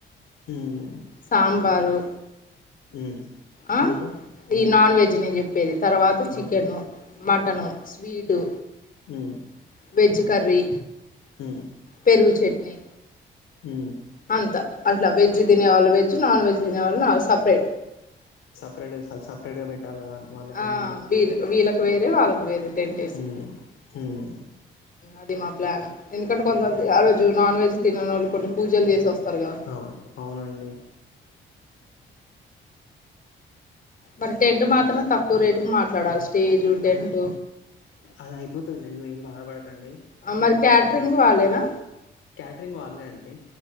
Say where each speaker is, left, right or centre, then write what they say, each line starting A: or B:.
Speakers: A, on the left; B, on the left.
A: ఉమ్
B: సాంబారు
A: హ్మ్.
B: ఆ
A: ఇంకా? హ్మ్.
B: ఈ నాన్ వెజ్ నేను చెప్ చెప్పేది తర్వాత చికెను
A: ఓకే.
B: మటన్ స్వీటు
A: ఉ
B: వెజ్ కర్రీ
A: హ్మ్.
B: పెరుగు చట్నీ
A: ఉ
B: అంత అట్లా వెజ్ తినేళ్ళు వెజ్ నాన్ వెజ్ తినేవాళ్ళు సపరేట్
A: సపరేట్ సపరేట్గా పెట్టాలి వాళ్ళకి
B: ఆ
A: లైన్
B: వీళ్ వీళ్ళలకు వేరే వాళ్ళకు వేరే టెన్ వేసి
A: హ్మ్ హ్మ్
B: అది మా ప్లాన్ ఎందుకంటే కొంతమంది ఆరోజు నాన్ వెజ్ తినని వాళ్ళు కొన్ని పూజలు చేసే వస్తారు కదా
A: అవును అవునండి
B: మరి టెంట్ మాత్రమే తక్కువ రేటు కు మాట్లాడాలి స్టేజు టెంట్
A: అ- అది అయిపోతుందిలేండి నువ్వు ఏం బాధపడకండి
B: మరి క్యాటరింగ్ వాళ్ళేనా
A: క్యాటరింగ్ వాళ్ళే అండి